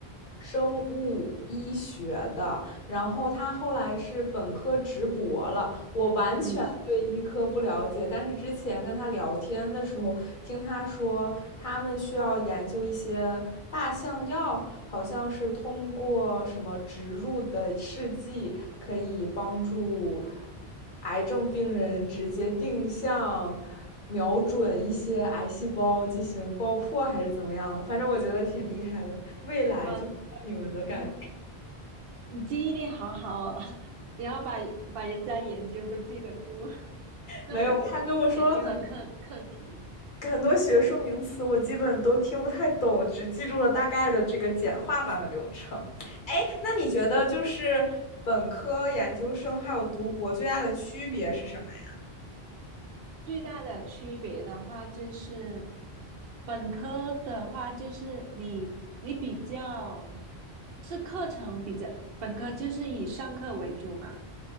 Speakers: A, on the left; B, on the right.
A: 生物医学的，然后他后来是本科直博了，我完全对医科不了解，
B: 嗯，
A: 但是之前跟他聊天的时候，听他说他们需要研究一些靶向药，好像是通过什么植入的试剂可以帮助癌症病人直接定向瞄准一些癌细胞进行爆破，还是怎么样的？反正我觉得挺厉害的，未来就。
B: 哇，
A: 你们的感觉
B: 嗯哼，你记忆力好好哦，<laughs> 然后把把人家研究都记得住。<laughs> 那种
A: 没有，他跟我说了
B: 研究的课课题
A: 很多学术名词我基本都听不太懂，只记住了大概的这个简化版的流程。哎，那你觉得就是本科、研究生还有读博最大的区别是什么呀？
B: 最大的区别的话，就是本科的话，就是你你比较是课程比较，本科就是以上课为主嘛，